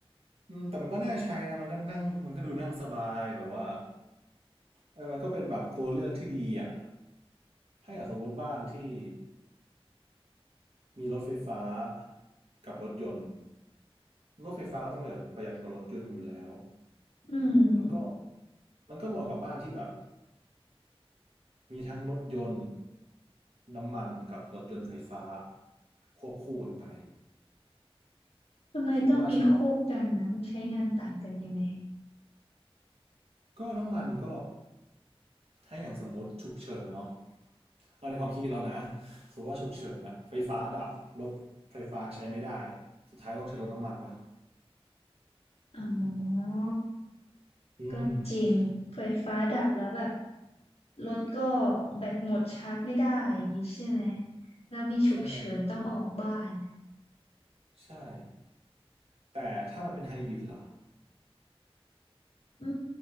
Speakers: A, on the right; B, on the left.
A: อืมแต่มันก็น่าใช้นะมันก็นั่งมันก็ดูนั่งสบายแบบว่าเออมันก็เป็นแบบตัวเลือกที่ดีอ่ะให้อ่ะสมมติบ้านที่มีรถไฟฟ้ากับรถยนต์รถไฟฟ้าก็ต้องประหยัดประหยัดกว่ารถยนต์อยู่แล้ว
B: อืม
A: แล้วก็มันก็เหมาะกับบ้านที่แบบมีทั้งรถยนต์น้ำมันกับรถยนต์ไฟฟ้าควบคู่กันไป
B: ทำไมต้องมีคู่กันนะมันใช้งานต่างกันยังไง
A: คิดว่าใช้ก็น้ำมันก็ถ้าอย่างสมมติฉุกเฉินเนาะ เราในความคิดเรานะสมมติว่าฉุกเฉินอะไฟฟ้าดับ รถไฟฟ้าใช้ไม่ได้ สุดท้ายต้องใช้รถน้ำมันปะ
B: อ๋อ
A: อืม
B: ก็จริงไฟฟ้าดับแล้วแบบรถก็แบตหมดชาร์จไม่ได้อย่างนี้ใช่ไหมแล้วมีฉุกเฉินต้องออกบ้าน
A: ใช่ใช่ แต่ถ้ามันเป็นไฮบริดเหรอ
B: อื